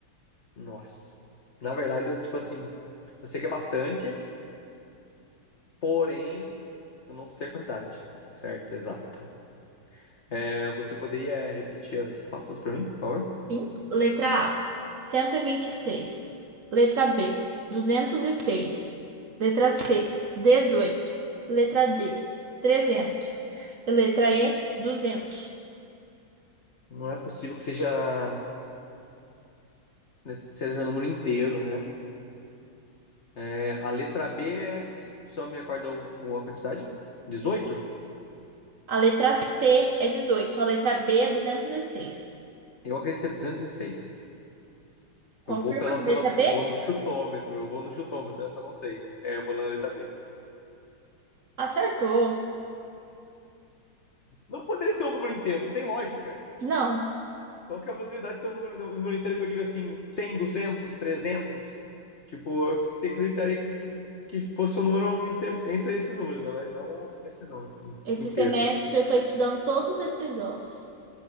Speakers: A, on the left; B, on the right.
A: Nossa. Na verdade, eu, tipo assim, eu sei que é bastante, porém, eu não sei a quantidade certa, exata. É, você poderia repetir as respostas para mim, por favor?
B: Fim. Letra A. cento e e vinte e seis Letra B. duzentos e seis Letra C. dezoito Letra D. trezentos E letra E. duzentos
A: Não é possível que seja né, seja número inteiro, né? É, a letra B, é, só me recorda o, o- a quantidade? dezoito.
B: A letra C é dezoito A letra B é duzentos e seis
A: Eu acredito que é 206. Eu
B: Confirma
A: vou pela,
B: a
A: pela,
B: letra
A: eu
B: B?
A: vou no chutômetro, eu vou no chutômetro, essa eu não sei. É, eu vou na letra B.
B: Acertou.
A: Não poderia ser um número inteiro, não tem lógica.
B: Não.
A: Qual que é a possibilidade de ser um número, um número inteiro que eu digo assim, 100, 200, 300, Tipo, eu te- acreditaria que, tipo, que fosse um número inteiro, entre esses números, né? Mas não esse número in-
B: Esse
A: inteiro.
B: semestre
A: né?
B: eu estou estudando todos esses ossos.